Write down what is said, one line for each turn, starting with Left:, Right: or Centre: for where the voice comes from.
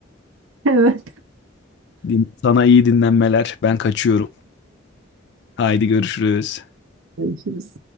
Right: <laughs> Evet.
Left: Din- Sana iyi dinlenmeler. Ben kaçıyorum. Haydi görüşürüz.
Right: Görüşürüz.